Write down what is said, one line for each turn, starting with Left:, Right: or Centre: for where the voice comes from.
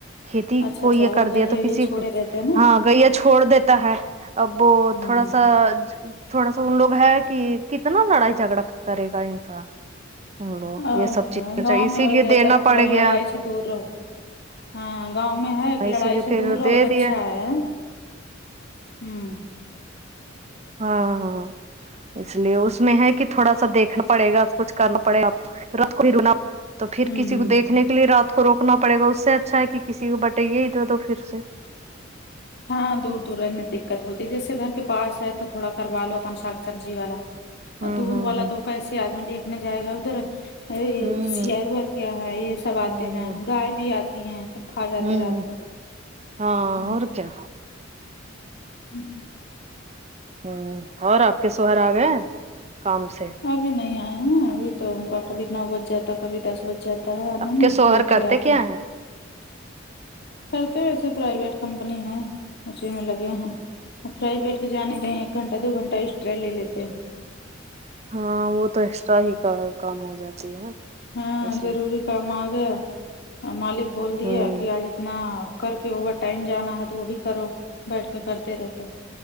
Right: کھیتی
Left: اچھا
Right: کوئی
Left: اچھا
Right: ہے
Left: وہ
Right: کر
Left: گئیے
Right: دے ہے تو
Left: یہ
Right: کسی
Left: چھوڑے
Right: کو
Left: رہتے ہیں نا
Right: ہاں گیا چھوڑ دیتا ہے اب وہ تھوڑا
Left: ہ
Right: سا تھوڑا سا ان لوگ ہے کہ کتنا لڑائی جھگڑا کرے گا انسان ہم لوگ
Left: اور
Right: یہ سب
Left: گ
Right: چیز
Left: گاؤں
Right: اسی
Left: میں وہی
Right: لیے
Left: رہتا
Right: دینا
Left: ہے تھوڑا
Right: پڑ گیا
Left: لڑائی سے دور رہو ہاں گاؤں میں ہے کہ
Right: اسی
Left: لڑائی
Right: لیے
Left: سے
Right: پھر
Left: دور رہے
Right: دے
Left: تو اچھا
Right: دیا
Left: ہے ہوں
Right: ہاں ہاں اس لیے اس میں ہے کہ تھوڑا سا دیکھنا پڑے گا کچھ کرنا پڑے گا آپ کو رنا تو پھر
Left: ہوں
Right: کسی
Left: ہوں
Right: کو دیکھنے کے لیے رات کو روکنا پڑے گا اس سے اچھا ہے کہ کسی کو بٹائیے ہی تو تو پھر سے
Left: ہاں دور دور رہنے دقت ہوتی ہے جیسے گھر کے پاس ہے تو تھوڑا کروا لو اپن ساگ سبزی والا
Right: ہوں
Left: دور
Right: ہوں
Left: والا تو کیسے آدمی دیکھنے جائے گا ادھر ار
Right: ہوں
Left: سیار ویار کیا ہے یہ سب
Right: ہوں
Left: آتے ہیں گائے بھی آتی ہے سب کھا جاتے
Right: ہوں ہوں
Left: رات کو
Right: ہاں
Left: ہ
Right: اور کیا
Left: ہوں
Right: ہوں اور آپ کے شوہر آ گئے کام سے
Left: ابھی نہیں آئے ہیں ابھی تو ان کا کبھی نو بج جاتا کبھی دس بج جاتا ہے آنے
Right: آپ
Left: میں
Right: کے شوہر
Left: لیٹ
Right: کرتے
Left: ہی آتے
Right: کیا
Left: ہیں کرتے ایسے پرائیویٹ کمپنی ہے اسی میں لگے ہیں اور پرائیویٹ کے جانے نہیں ایک گھنٹہ دو گھنٹہ ایکسٹرا لے لیتے ہیں
Right: ہاں وہ تو ایکسٹرا ہی کا کام ہو جاتی ہے
Left: ہاں
Right: اس
Left: ضروری
Right: میں
Left: کام آ گیا مالک بول دیا
Right: ہوں
Left: کہ آج اتنا کر کے اوور ٹائم جانا ہے تو وہ بھی کرو بیٹھ کے کرتے رہتے